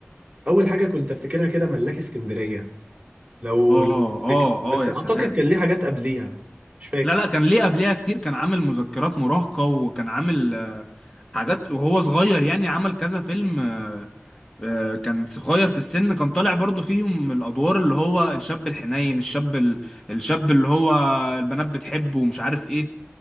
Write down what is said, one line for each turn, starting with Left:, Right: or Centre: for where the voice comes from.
Right: اول حاجه كنت افتكرها كده ملاك اسكندريه لو
Left: اه
Right: لو تفتكر
Left: اه
Right: بس
Left: اه يا
Right: اعتقد
Left: سلام
Right: كان ليه حاجات قبليها مش فاكر
Left: لا لا كان ليه قبلها كتير كان عامل مذكرات مراهقه وكان عامل آه، حاجات وهو صغير يعني عمل كذا فيلم آه، آه، كان صغير في السن كان طالع برضو فيهم الادوار اللي هو الشاب الحنين الشاب ال... الشاب اللي هو البنات بتحبه ومش عارف ايه